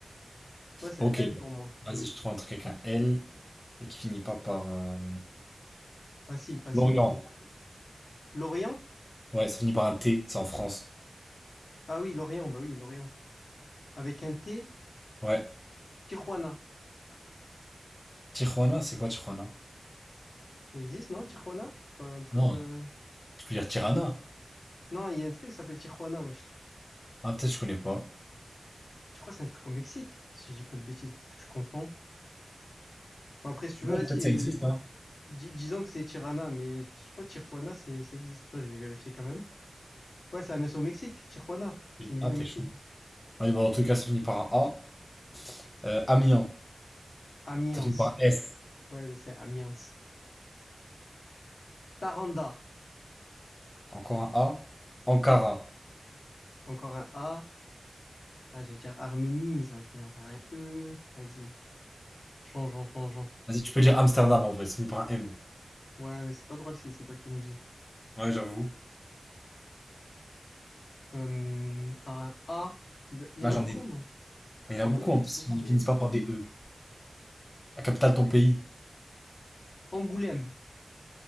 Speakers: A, on the left; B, on the left.
A: Ouais, c'est
B: Ok.
A: un L
B: bon.
A: pour moi.
B: Vas-y, je trouve un truc avec un L et qui finit pas par. euh,
A: Facile, facile.
B: Lorient.
A: Lorient?
B: Ouais, ça finit par un T, c'est en France.
A: Ah oui, Lorient, bah oui, Lorient. Avec un T,
B: Ouais.
A: Tijuana.
B: Tijuana, c'est quoi Tijuana?
A: Ça existe, non, Tijuana? C'est pas un truc.
B: Non,
A: euh,
B: tu peux dire Tirana.
A: Non, il y a un truc qui s'appelle Tijuana, wesh.
B: Ah, peut-être je connais pas.
A: Je crois que c'est un truc au Mexique, si je dis pas de bêtises, peut-être que je confonds. Bon, après, si tu
B: Peut-être
A: veux, vas-y,
B: ça
A: euh,
B: existe, hein.
A: dis- disons que c'est Tirana, mais je crois que Tijuana, c'est, ça existe. Attends, je vais vérifier quand même. Ouais, ça c'est au Mexique, Tijuana. C'est une ville
B: Ah, t'es
A: au Mexique.
B: chaud. Ouais, bah, en tout cas, ça finit par un A. Euh, Amiens,
A: Amiens.
B: ça finit par un S.
A: Ouais, je sais, Amiens. Taranda.
B: Encore un A. Ankara.
A: Encore un A. Ah, j'allais dire Arménie, mais ça va se finir par un E. Vas-y. Changeons, changeons.
B: Vas-y, tu peux dire Amsterdam en vrai, ça finit par un M.
A: Ouais, mais c'est pas drôle si c'est toi qui me dis.
B: Ouais, j'avoue.
A: Euh, par un A. de- Il
B: Là,
A: y en a
B: j'en
A: beaucoup,
B: ai.
A: non?
B: Il y en
A: En
B: a beaucoup
A: vrai, il
B: en
A: y en
B: plus
A: a beaucoup.
B: qui finissent pas par des E. La capitale de ton pays,
A: Angoulême.